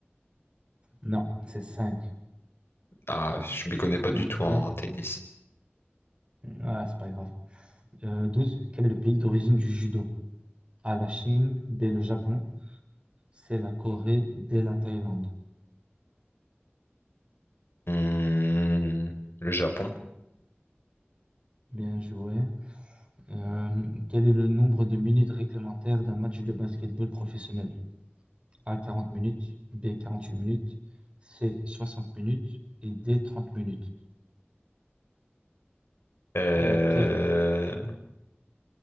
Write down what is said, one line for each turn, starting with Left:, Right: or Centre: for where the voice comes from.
Right: Non, c'est 5.
Left: Ah, je m'y connais pas du
Right: Ok.
Left: tout en tennis.
Right: Ah, c'est pas grave. Euh, 12. Quel est le pays d'origine du judo? A. La Chine. B. Le Japon. C. La Corée. D. La Thaïlande.
Left: Hmm, le Japon.
Right: Bien joué. Euh, quel est le nombre de minutes réglementaires d'un match de basketball professionnel? A 40 minutes, B 48 minutes, C 60 minutes et D 30 minutes.
Left: Euh,
Right: Donc quel